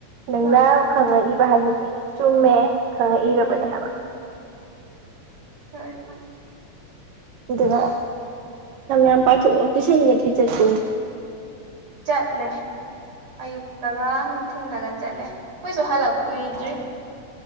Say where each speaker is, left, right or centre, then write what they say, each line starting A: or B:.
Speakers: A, on the right; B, on the right.
A: ꯅꯪꯅ
B: ꯍꯣꯏ
A: ꯈꯪꯉꯛꯏꯕ ꯍꯥꯏꯁꯤꯗꯤ ꯆꯨꯝꯃꯦ ꯈꯪꯉꯛꯏꯔꯕꯅꯦ
B: ꯎꯝ
A: ꯍꯥꯏꯕ
B: ꯍꯣꯏ
A: ꯅ ꯌꯥꯝ ꯄꯊ ꯇꯤꯁꯟꯒꯦ ꯇꯤꯆꯔ
B: ꯆꯠꯂꯦ ꯑꯌꯨꯛꯇꯒ ꯅꯨꯡꯊꯤꯤꯟꯗꯒ ꯆꯠꯂꯦ ꯀꯨꯣꯏꯁꯨ ꯍꯜꯂꯛꯇꯦ ꯀꯨꯏꯗ꯭ꯔꯤ
A: ꯑꯣ